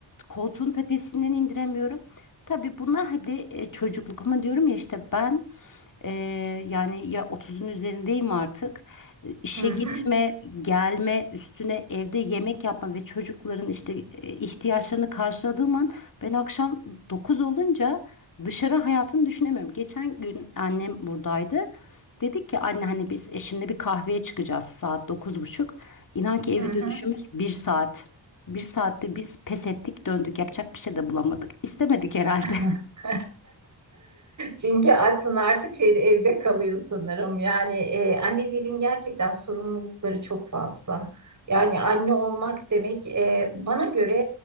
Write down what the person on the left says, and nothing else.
koltuğun tepesinden indiremiyorum. Tabii bunlar hadi e, çocukluk ama diyorum ya işte ben e, yani ya 30'un üzerindeyim artık. E, İşe
gitme, gelme, üstüne evde yemek yapma ve çocukların işte e, ihtiyaçlarını karşıladığım an ben akşam 9 olunca dışarı hayatını düşünemiyorum. Geçen gün annem buradaydı. Dedik ki anne hani biz eşimle bir kahveye çıkacağız saat dokuz buçuk. İnan ki evi
dönüşümüz bir saat. Bir saatte biz pes ettik, döndük. Yapacak bir şey de bulamadık. İstemedik herhalde.